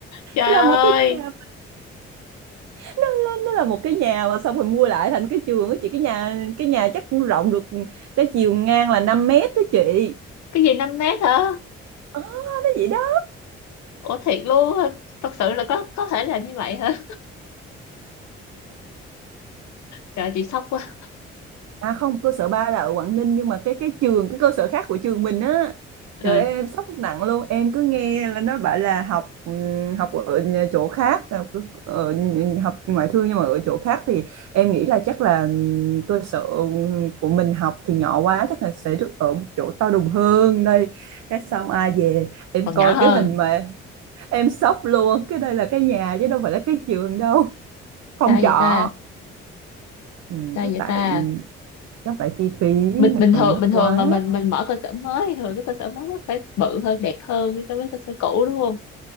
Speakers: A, on the left; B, on the right.
A: trời
B: nó là
A: ơi
B: một cái nhà nó, nó, nó là một cái nhà mà xong rồi mua lại thành cái trường á chị cái nhà cái nhà chắc cũng rộng được cái chiều ngang là 5 mét đó chị
A: cái gì 5 mét hả
B: Ờ, nó vậy đó
A: ủa thiệt luôn hả? thật sự là có có thể là như vậy hả trời chị sốc quá
B: À không, cơ sở 3 là ở Quảng Ninh nhưng mà cái cái trường cái cơ sở khác của trường mình á.
A: ừ.
B: Trời ơi, em sốc nặng luôn, em cứ nghe là nó bảo là học ừm, học ở nhà- chỗ khác học ở học ngoại thương nhưng mà ở chỗ khác thì em nghĩ là chắc là ừm, cơ sở của mình học thì nhỏ quá chắc là sẽ được ở một chỗ to đùng hơn đây. Cái xong ai về em
A: còn
B: coi
A: nhỏ hơn
B: cái hình mà em sốc luôn, cái đây là cái nhà chứ đâu phải là cái trường đâu. Phòng
A: sao vậy
B: trọ.
A: ta
B: Ừ,
A: sao
B: chắc
A: vậy
B: tại
A: ta
B: chắc tại chi phí
A: bình
B: mặt
A: bình
B: bằng
A: thường
B: mắc
A: bình thường
B: quá
A: mà mình mình mở cơ sở mới thì thường cái cơ sở mới nó phải bự hơn đẹp hơn so với cơ sở cũ đúng không